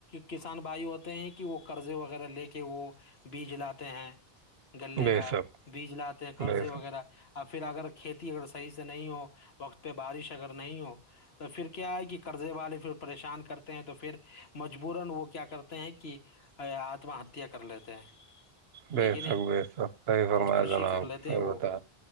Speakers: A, on the left (about 75°); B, on the right (about 75°).
A: کسان بھائی ہوتے ہیں کہ وہ قرضے وغیرہ لے کے وہ بیج لاتے ہیں گلے
B: بے
A: کا
B: شک
A: بیج لاتے ہیں قرضے
B: بے
A: وغیرہ
B: شک
A: اور پھر اگر کھیتی اگر صحیح سے نہیں ہو وقت پہ بارش اگر نہیں ہو تو پھر کیا ہے کہ قرضے والے پھر پریشان کرتے ہیں تو پھر مجبورا وہ کیا کرتے ہیں کہ ا آتما ہتیا کر لیتے ہیں
B: بے
A: ہے کہ نہیں
B: شک بے شک صحیح فرما
A: خودکشی
B: ج ن
A: کر
B: آپ
A: لیتے
B: صحیح
A: ہیں وہ
B: بتا